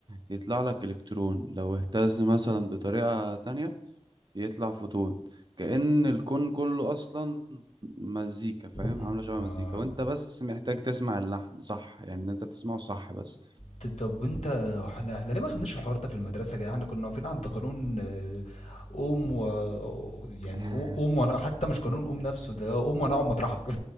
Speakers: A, on the right; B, on the left.
A: يطلع لك الكترون لو اهتز مثلا بطريقة تانية يطلع فوتون كأن الكون كله أصلا مزيكا فاهم
B: مم.
A: عاملة شبه
B: آه
A: مزيكا وأنت بس محتاج تسمع اللحن صح يعني إن أنت تسمعه صح بس
B: ط طب وأنت إحنا إحنا ليه ما خدناش الحوار ده في المدرسة يا جدعان؟ إحنا كنا واقفين عند قانون آآ قوم و يعني
A: <laughs>
B: قو قوم وأنا حتى مش قانون قوم نفسه، ده قوم وأنا أقعد مطرحك <laughs>